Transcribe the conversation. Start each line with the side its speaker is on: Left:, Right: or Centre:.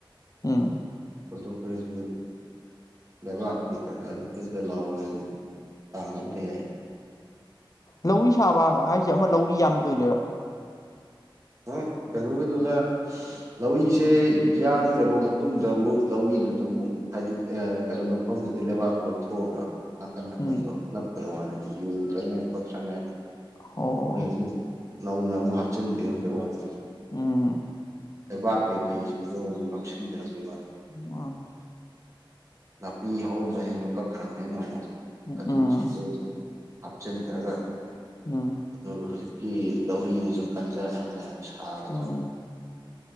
Left: ꯎꯝ
Right: ꯄꯊꯣꯛꯈꯁꯤ ꯂꯩꯕꯥꯛꯇꯤ ꯈꯔ ꯑꯗꯨꯝ ꯄꯛꯇ ꯂꯥꯎꯔꯒ ꯇꯥꯡꯝꯗ ꯌꯥꯏ
Left: ꯂꯧꯔꯤ ꯁꯥꯕ ꯍꯥꯏꯁꯦ ꯑꯃ ꯂꯧꯔꯤ ꯌꯥꯟꯕꯗ ꯑꯣꯏꯗꯣꯏꯔ
Right: ꯎꯝ ꯀꯂꯒꯤꯗꯨꯗ ꯂꯧꯔꯤꯁꯦ ꯌꯥꯟꯈ꯭ꯔꯕ ꯃꯇꯨꯡꯗ ꯑꯃꯨꯛ ꯂꯧꯔꯤꯗꯨꯗ ꯑꯃꯨꯛ ꯍꯥꯏꯗꯤ ꯀꯩꯅꯣ ꯂꯧꯐꯝ ꯑꯗꯨꯗꯩ ꯂꯩꯕꯥꯛ ꯂꯧꯊꯣꯛꯑꯒ ꯅꯥꯀꯟ ꯅꯥꯀꯟꯗꯣ
Left: ꯎꯝ
Right: ꯅꯞꯄꯩ ꯋꯥꯅꯗꯤ ꯌꯨꯗ꯭ꯔꯉꯥꯏ ꯈꯣꯠꯇ꯭ꯔꯉꯥꯏ
Left: ꯑꯣ
Right: ꯍꯣꯏ ꯑꯃꯨꯛ ꯅꯧꯅ ꯑꯃꯨꯛ ꯍꯥꯞꯆꯤꯟꯕꯤꯔꯝꯕ ꯋꯥꯅꯤꯗ
Left: ꯎꯝ
Right: ꯂꯩꯕꯥꯛ ꯀꯩꯀꯩꯁꯤꯡꯗꯣ ꯑꯃꯨꯛ ꯅꯝꯁꯤꯟꯕꯤꯔꯝꯕꯩ ꯋꯥꯅꯤꯗ
Left: ꯃꯥꯅꯤ
Right: ꯅꯥꯄꯤ ꯍꯧꯔꯝꯕꯁꯤꯡꯗꯣ ꯀꯛꯈ꯭ꯔꯝꯅꯤꯅ ꯑꯃꯨꯛ
Left: ꯎꯝ
Right: ꯑꯗꯨ ꯁꯤꯡꯗꯨ ꯑꯃꯨꯛ ꯍꯥꯞꯆꯤꯟꯈ꯭ꯔꯒ
Left: ꯎꯝ
Right: ꯑꯗꯨꯒ ꯍꯧꯖꯤꯛꯀꯤ ꯂꯧꯔꯤꯗꯨꯁꯨ ꯀꯟꯖꯅ ꯁꯥꯕꯩ
Left: ꯎꯝ
Right: ꯋꯥꯅꯤ